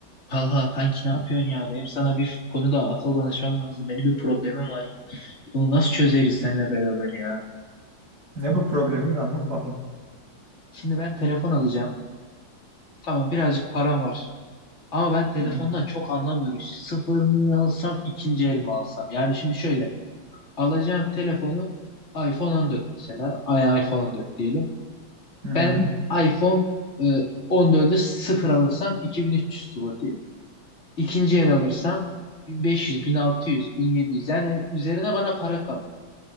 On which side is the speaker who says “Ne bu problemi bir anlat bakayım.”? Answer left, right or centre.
Right